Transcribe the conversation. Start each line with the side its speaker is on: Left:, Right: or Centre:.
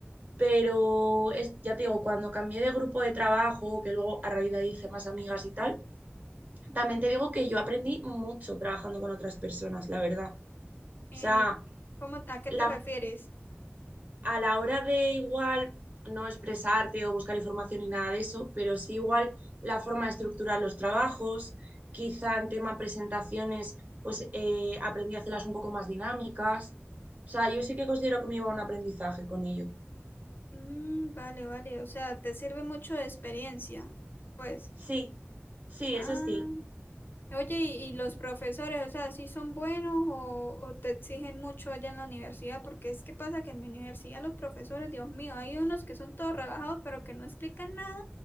Right: pero es, ya te digo, cuando cambié de grupo de trabajo, que luego a raíz de ahí hice más amigas y tal, también te digo que yo aprendí mucho trabajando con otras personas, la verdad. O
Left: Eh,
Right: sea,
Left: ¿cómo, a qué
Right: la
Left: te refieres?
Right: a la hora de igual no expresarte o buscar información ni nada de eso, pero sí igual la forma de estructurar los trabajos, quizá en tema presentaciones, pues eh, aprendí a hacerlas un poco más dinámicas. O sea, yo sí que considero que me iba a un aprendizaje con ello.
Left: Mm, vale, vale, o sea, te sirve mucho de experiencia, pues.
Right: Sí, sí,
Left: Ah.
Right: eso sí.
Left: Oye, ¿y, y los profesores, o sea, sí son buenos o, o te exigen mucho allá en la universidad? Porque es que pasa que en mi universidad los profesores, Dios mío, hay unos que son todos relajados pero que no explican nada